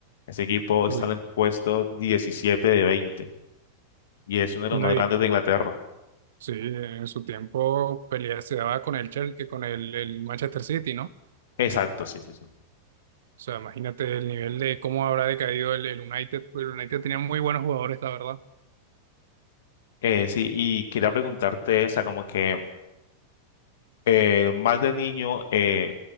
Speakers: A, on the left; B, on the right.
A: Ese equipo está
B: Uy.
A: en el puesto 17 de 20 y es uno de los
B: No,
A: más
B: y,
A: grandes de Inglaterra.
B: sí, en su tiempo pelea se daba con el Chelsea, con el, el Manchester City, ¿no? O
A: Exacto, sí, sí, sí.
B: sea, imagínate el nivel de cómo habrá decaído el, el United. pues El United tenía muy buenos jugadores, la verdad.
A: Eh, sí, y quería preguntarte, o sea, como que... eh, más de niño, eh,